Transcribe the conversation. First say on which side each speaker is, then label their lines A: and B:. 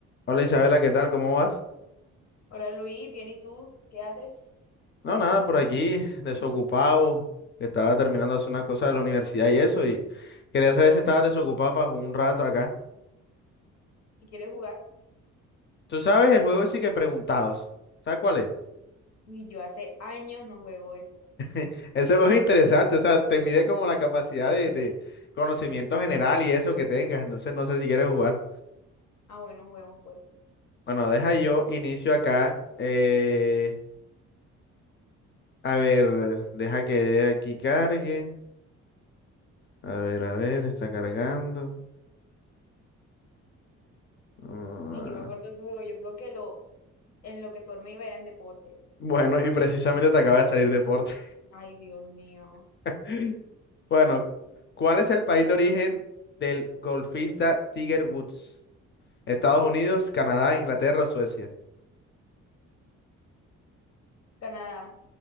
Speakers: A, on the left; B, on the left.
A: Hola Isabela, ¿qué tal? ¿Cómo vas?
B: Hola Luis, bien, ¿y tú? ¿Qué haces?
A: No, nada, por aquí, desocupado, que estaba terminando de hacer unas cosas de la universidad y eso, y quería saber si estabas desocupado para jugar un rato acá.
B: ¿Y quieres jugar?
A: Tú sabes, el juego sí que preguntados. ¿Sabes cuál es?
B: Uy, yo hace años no juego eso.
A: <laughs> Ese juego es interesante, o sea, te mide como la capacidad de, de conocimiento general y eso que tengas, entonces no sé si quieres jugar.
B: Ah, bueno, juguemos pues.
A: Bueno, deja yo inicio acá. eh, a ver, deja que aquí cargue. A ver, a ver, está cargando. Ah.
B: Ay, yo me acuerdo de ese juego. Yo creo que lo, en lo que peor me iba era en deportes.
A: Bueno, y precisamente te acaba de salir deporte.
B: Ay, Dios mío.
A: <laughs> Bueno, ¿cuál es el país de origen del golfista Tiger Woods? Estados Unidos, Canadá, Inglaterra o Suecia.
B: Canadá.